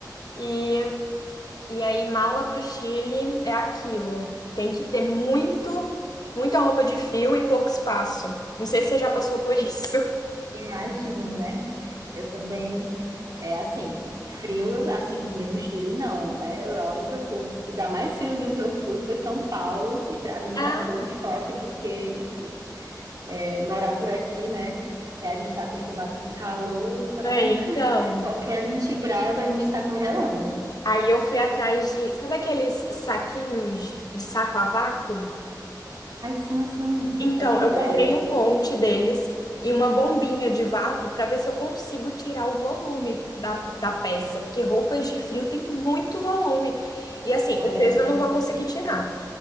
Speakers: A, on the left (about 60°); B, on the right (about 60°).
A: E, e aí, mala pro Chile é aquilo. Tem que ter muito, muita roupa de frio e pouco espaço. Não sei se você já passou por isso. <laughs>
B: imagino, né? Eu também, é assim, frio, assim que nem no Chile, não, né? Eu, a única, o lugar mais friozinho que eu fui foi São Paulo, e para mim
A: Ah,
B: já foi um choque, porque, enfim, é, morar por aqui, né? É, a gente está acostumado com calor, então
A: é, então.
B: <laughs> qualquer 20 graus a gente está congelando.
A: Aí eu fui atrás de, sabe aqueles saquinhos de saco a vácuo?
B: Ai, sim, sim,
A: Então,
B: ótima
A: eu
B: ideia,
A: comprei
B: viu?
A: um monte deles e uma bombinha de vácuo para ver se eu consigo tirar o volume da, da peça, porque roupas de frio tem muito volume. E assim,
B: Olha
A: o peso
B: aí,
A: eu não vou conseguir tirar,